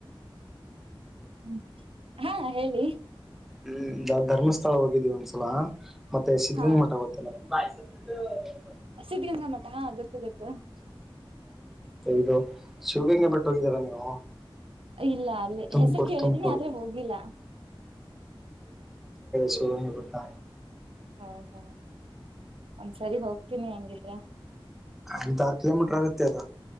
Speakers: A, on the right; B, in the centre.
A: ಹ್ಮ್ ಹಾ ಹೇಳಿ
B: ಹ್ಮ್ ದ ಧರ್ಮಸ್ಥಳ ಹೋಗಿದ್ವಿ ಒಂದ್ಸಲ ಮತ್ತೆ ಸಿದಗಂಗ
A: ಹಾ
B: ಮಠ ಗೊತ್ತಿಲ್ಲ ಹ
A: ಸಿದ್ಧಗಂಗಾ ಮಠ ಹಾ ಗತ್ತು ಗತ್ತು
B: ಈದು ಶಿವಗ ಹಂಗೆ ಬಿಟ್ಟ ಹೋಗಿದ್ದೀರಾ ನೀವು
A: ಇಲ್ಲ ಅಲ್ಲಿ
B: ತುಮಕೂರು
A: ಹೆಸರು ಕೇಳಿದೀನಿ
B: ತುಮಕೂರು
A: ಆದ್ರೆ ಹೋಗಿಲ್ಲ
B: ಸ ಹವತ್ತಾ
A: ಹೌದಾ ಒಂದ್ಸರಿ ಹೋಗ್ತೀನಿ ಹಂಗಿದ್ರ
B: ಇಂತ ಆರು ಕಿಲೋಮೀಟರ್ ಆಗುತ್ತೆ ಅದು